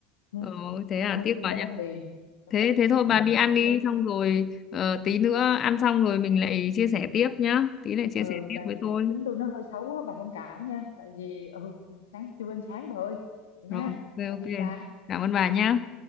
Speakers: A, on the left; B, on the left.
A: tôi,
B: ờ, thế là
A: tôi,
B: tiếc
A: tôi
B: quá
A: phải
B: nhỉ
A: ăn liền ừ,
B: thế thế thôi
A: ừ,
B: bà đi ăn
A: tại
B: đi xong rồi ờ, tí nữa ăn xong rồi mình lại chia sẻ tiếp nhá tí lại chia
A: ừ,
B: sẻ tiếp
A: tại
B: với
A: vì
B: tôi
A: cái tính tôi nó hơi xấu á bà thông cảm nha tại vì ừ, sáng chưa ăn sáng bà ơi vậy
B: rồi
A: nha
B: ok
A: tạm
B: ok
A: biệt bà
B: cảm ơn bà nhá